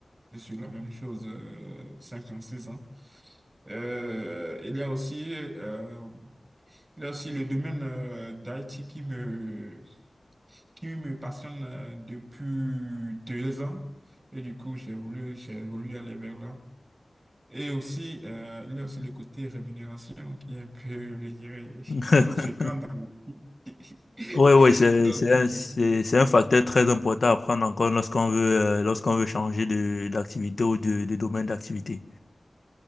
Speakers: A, on the right (about 30°); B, on the left (about 65°).
A: sur la même chose euh, six ans. Euh, il y a aussi, euh, il y a aussi le domaine euh, d'IT qui me, qui me passionne euh, depuis deux ans. Et du coup, j'ai voulu, j'ai voulu aller vers là. Et aussi, euh, il y a aussi le côté rémunération qui est un peu, je dirais,
B: <laughs>
A: <laughs> conséquent dans la vie. <laughs>
B: Oui, oui, c'est,
A: Donc,
B: c'est un, c'est,
A: euh,
B: c'est un facteur très important à prendre en compte lorsqu'on veut, euh, lorsqu'on veut changer de, d'activité ou de, de domaine d'activité.